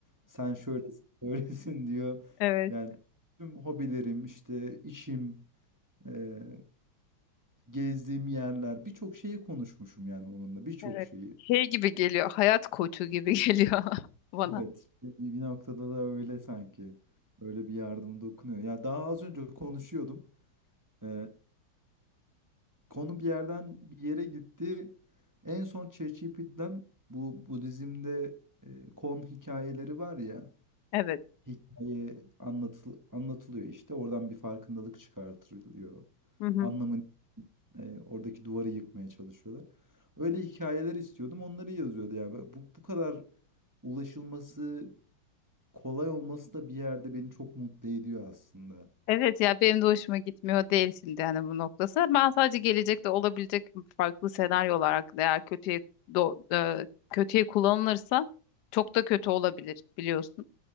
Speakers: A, on the right (about 30°); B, on the left (about 65°).
A: Sen şöylesin <laughs> böylesin diyor.
B: Evet,
A: Yani tüm hobilerim işte işim e, gezdiğim yerler birçok şeyi konuşmuşum yani onunla birçok
B: evet.
A: şeyi.
B: Şey gibi geliyor. Hayat koçu gibi <laughs> geliyor bana.
A: Evet bir bir noktada da öyle sanki. Öyle bir yardım dokunuyor. Ya daha az önce konuşuyordum. E, konu bir yerden bir yere gitti. En son ChatGPT'den bu Budizm'de e, kon hikayeleri var ya.
B: Evet.
A: Hikaye anlatıl anlatılıyor işte. Oradan bir farkındalık çıkartılıyor.
B: Hı hı.
A: Anlamını e, oradaki duvarı yıkmaya çalışıyorlar. Öyle hikayeler istiyordum. Onları yazıyordu ya. Böyle Bu, bu kadar ulaşılması kolay olması da bir yerde beni çok mutlu ediyor aslında.
B: Evet ya benim de hoşuma gitmiyor değil şimdi yani bu noktası. Ben sadece gelecekte olabilecek farklı senaryolar hakkında eğer kötüye do- e, kötüye kullanılırsa çok da kötü olabilir biliyorsun.